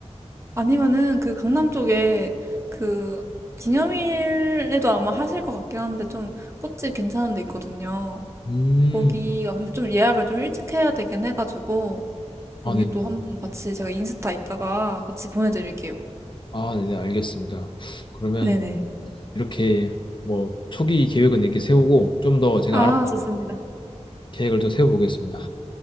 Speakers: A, on the right (about 25°); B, on the left (about 45°).
A: 아니면은 그 강남 쪽에 그 기념일에도 아마 하실 것 같긴 한데 좀 꽃집 괜찮은 데 있거든요.
B: 음,
A: 거기가 근데 좀 예약을 좀 일찍 해야 되긴 해가지고
B: 아
A: 거기도
B: 네네
A: 한번 같이 제가 인스타 있다가 같이 보내드릴게요.
B: 아 네네 알겠습니다. 그러면
A: 네네.
B: 이렇게 뭐 초기 계획은 이렇게 세우고 좀 더 제가
A: 아,
B: 알아
A: 좋습니다.
B: 계획을 좀 세워보겠습니다.